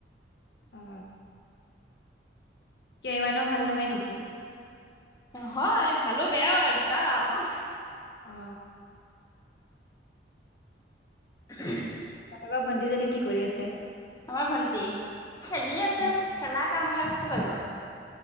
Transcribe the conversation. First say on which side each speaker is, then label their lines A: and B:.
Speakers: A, on the left (about 60°); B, on the left (about 20°).
A: অ। সিমানও ভাল নহয় নেকি?
B: হয় ভালো বেয়াও আৰু দুটা অ
A: অ
B: উ <unintelligible>
A: লগৰ ভণ্টিজনী কি কৰি আছে?
B: আমাৰ ভন্টি খেলি আছে
A: উম,
B: খেলা কাম আৰু কি কৰিব।